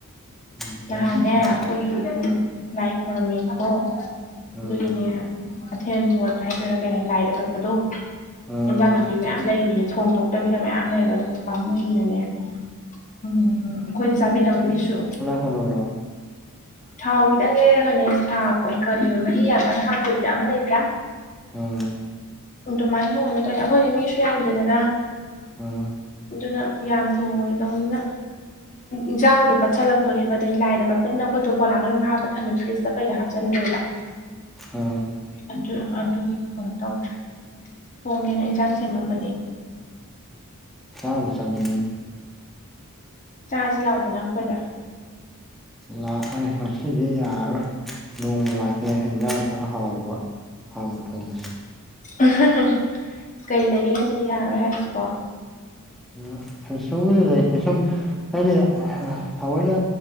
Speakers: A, in the centre; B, on the left.
A: ꯎꯝ ꯗꯁ
B: ꯅꯍꯥꯟꯅꯦ
A: ꯀꯨꯁ
B: ꯑꯩꯈꯣꯏ ꯂꯥꯏ ꯈꯣꯏꯔꯝꯃꯦꯕꯀꯣ
A: ꯎꯝ
B: ꯑꯗꯨꯒꯤꯅꯦ ꯑꯊꯦꯟ ꯄꯣꯠ ꯍꯥꯏꯗꯣꯏꯔꯥ ꯀꯩ ꯍꯥꯏ ꯂꯥꯏꯗ ꯀꯠꯄꯗꯣ
A: ꯎꯝ
B: ꯏꯟꯖꯥꯡ ꯅꯥꯄꯤ ꯃꯌꯥꯝ ꯂꯩꯔꯤꯌꯦ ꯊꯣꯡꯗꯣ ꯇꯕꯤꯗ ꯃꯌꯥꯝ ꯂꯩꯕ ꯑꯗꯨꯅ ꯄꯥꯝꯃꯨꯏꯌ‍ꯦꯅꯅ‌ꯦ ꯎꯝ ꯑꯩꯈꯣꯏꯗꯤ ꯆꯥꯕꯤꯅꯕ ꯃꯤꯁꯨ
A: ꯍꯜꯂ <unintelligible>
B: ꯊꯥꯎ ꯈꯤꯇꯪ ꯌꯩꯔꯒꯅꯦ ꯁꯥꯛ ꯑꯣꯏ ꯀꯩ ꯑꯣꯏ ꯃꯍꯤ ꯌꯥꯝ ꯀꯟꯅ ꯍꯥꯞꯇꯕꯤꯗ ꯑꯃ ꯂꯩꯇ꯭ꯔꯥ
A: ꯎꯝ
B: ꯎꯝ ꯑꯗꯨꯃꯥꯏꯅ ꯊꯣꯡꯒꯦ ꯇꯧꯅꯤ ꯑꯩꯈꯣꯏꯗꯤ ꯃꯤꯁꯨ ꯌꯥꯝꯗꯦꯗꯅ
A: ꯎꯝ
B: ꯑꯗꯨꯅ ꯌꯥꯝ ꯊꯣꯡꯉꯣꯏꯗꯧꯅꯤꯅ ꯏꯟꯖꯥꯡꯗꯣ ꯄꯠꯁꯤꯜꯂꯛꯇꯣꯔꯦꯕ ꯑꯗꯩ ꯂꯥꯏꯗ ꯀꯠꯄꯅꯤꯅꯥ ꯑꯩꯈꯣꯏꯗꯣꯂꯥꯅ ꯑꯗꯨꯝ ꯍꯥꯞꯄ ꯊꯝꯃꯦ ꯐꯔꯤꯖꯇ ꯀꯩꯗ ꯍꯥꯞꯆꯤꯟꯗꯣꯏꯅ
A: ꯑ
B: ꯑꯗꯨ ꯑꯗꯨꯒꯤ ꯀ ꯇꯧꯗ꯭ꯔꯦ ꯊꯣꯡꯒꯦꯅ ꯏꯟꯁꯥꯡ ꯁꯦꯝꯃꯝꯕꯅꯦ
A: ꯀꯥꯕ ꯆꯅꯤ
B: ꯆꯥꯔꯖ ꯂꯥꯛꯗꯅ ꯑꯩꯈꯣꯏꯗ
A: ꯂꯥꯛ ꯃꯁꯤꯗꯤ ꯌꯥꯔꯣꯏ ꯅꯣꯡꯃ ꯂꯥꯛꯀꯦ ꯍꯖꯥꯡ ꯈꯔ ꯍꯥꯎꯕ ꯍꯥꯡꯉ ꯊꯣꯡꯉꯦ
B: <unintelligible> ꯀꯩ ꯂꯩꯒꯦ ꯉꯁꯤꯗꯤ ꯌꯥꯔꯣꯏ ꯍꯥꯏꯔꯤꯁꯤꯕ‍ꯣ
A: ꯎ ꯐꯁꯝꯒ ꯂꯩꯁꯝ <inaudible> ꯍꯥꯏꯗꯤ ꯊꯑꯣꯏꯅ